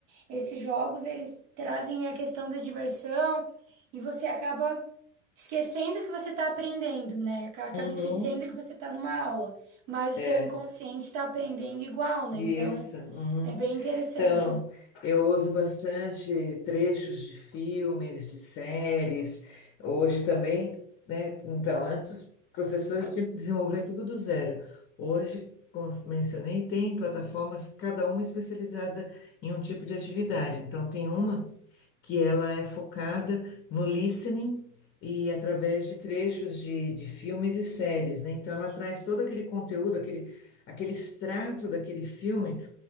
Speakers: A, on the right (about 70°); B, on the left (about 30°).
A: esses jogos eles trazem a questão da diversão e você acaba esquecendo que você está aprendendo, né? Aca- Acaba
B: uhum.
A: esquecendo que você está numa aula, mas o
B: É,
A: seu inconsciente está aprendendo igual, né?
B: isso.
A: Então,
B: uhum.
A: é bem interessante.
B: Então, eu uso bastante trechos de filmes, de séries. Hoje também, né? Então, antes os professores tinham que desenvolver tudo do zero. Hoje, como eu mencionei, tem plataformas, cada uma especializada em um tipo de atividade. Então, tem uma que ela é focada no listening e através de trechos de, de filmes e séries, né? Então, ela traz todo aquele conteúdo, aquele, aquele extrato daquele filme